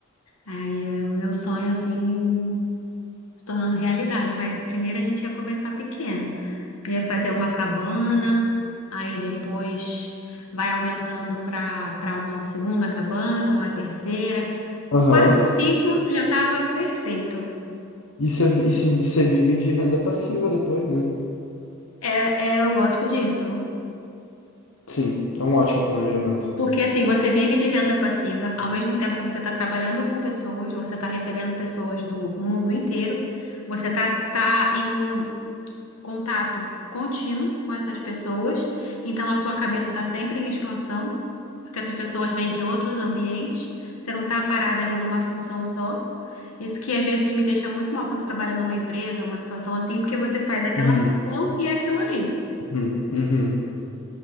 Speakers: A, on the left (about 85°); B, on the left (about 75°).
A: Aí é o meu sonho, assim, se tornando realidade. Mas primeiro a gente ia começar pequeno. Ia fazer uma cabana, aí depois vai aumentando para para uma segunda cabana, uma terceira.
B: Aham.
A: O quatro, cinco já estava perfeito.
B: E você e você- você vive de renda passiva depois, né?
A: É, é, eu gosto disso.
B: Sim, é um ótimo planejamento.
A: Porque assim, você vive de renda passiva, ao mesmo tempo você está trabalhando com pessoas, você está recebendo pessoas do mundo inteiro, você está tá tá em contato contínuo com essas pessoas, então a sua cabeça está sempre em expansão, porque essas pessoas vêm de outros ambientes, você não está parada ali numa função só. Isso que às vezes me deixa muito mal quando você trabalha numa empresa, uma situação assim, porque você faz aquela
B: Uhum,
A: função e é aquilo ali.
B: uhum, uhum.